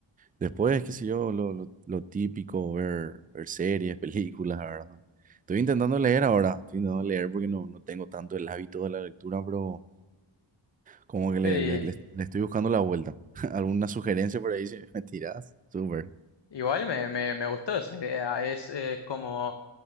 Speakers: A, on the right (about 20°); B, on the left (about 60°).
A: Después, qué sé yo, lo, lo- lo típico, ver, ver series, <laughs> películas, ¿verdad? Estoy intentando leer ahora, estoy intentando leer porque no, no tengo tanto el hábito de la lectura, pero como que le,
B: Sí,
A: le- le- le estoy buscando la vuelta. <laughs> ¿Alguna sugerencia por ahí <laughs> si me tirás? Súper.
B: igual me, me, me gustó esa idea. Es, es como